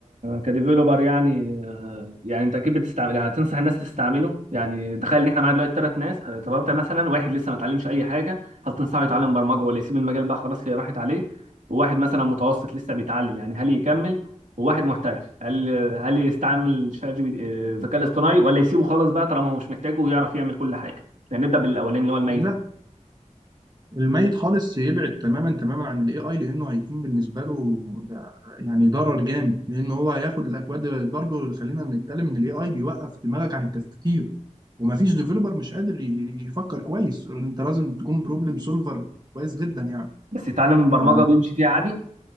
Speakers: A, on the right; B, on the right.
A: كديفيلوبر يعني آه، يعني انت اكيد بتستعمل يعني هتنصح الناس تستعمله يعني تخيل ان احنا معانا دلوقتي ثلاث ناس آه، طب انت مثلا واحد لسه ما اتعلمش اي حاجه هل تنصحه يتعلم برمجه ولا يسيب المجال بقى خلاص هي راحت عليه وواحد مثلا متوسط لسه بيتعلم يعني هل يكمل وواحد محترف هل هل يستعمل شات جي بي تي- آه، الذكاء الاصطناعي ولا يسيبه خالص بقى طالما هو مش محتاجه ويعرف يعمل كل حاجه يعني نبدا بالاولاني اللي هو الميت
B: لا
A: خالص.
B: الميت خالص يبعد تماما تماما عن الاي اي لانه هيكون بالنسبه له ده يعني ضرر جامد لانه هو هياخد الاكواد برضه خلينا نتكلم ان الاي اي بيوقف دماغك عن التفكير ومفيش ديفلوبر مش قادر ي- يفكر كويس انت لازم تكون بروبلم سولفر كويس جدا يعني
A: بس يتعلم برمجه
B: ف
A: ويمشي فيها عادي